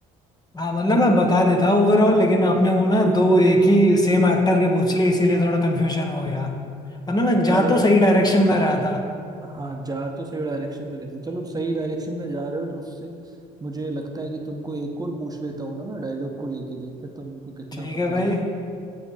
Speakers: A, on the left; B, on the right.
A: हाँ मतलब मैं बता देता हूँ ओवरऑल लेकिन आपने वो ना दो एक ही सेम एक्टर के पूछ लिए इसीलिए थोड़ा कंफ्यूजन हो गया वरना मैं जा
B: चलो
A: तो सही डायरेक्शन में रहा था
B: हाँ जा तो सही डायरेक्शन में रहे थे चलो सही डायरेक्शन में जा रहे हो तो उससे मुझे लगता है कि तुमको एक और पूछ लेता हूँ ना मैं डायलॉग को लेके देखते तुमको कितना
A: ठीक
B: पता
A: है भाई
B: है ना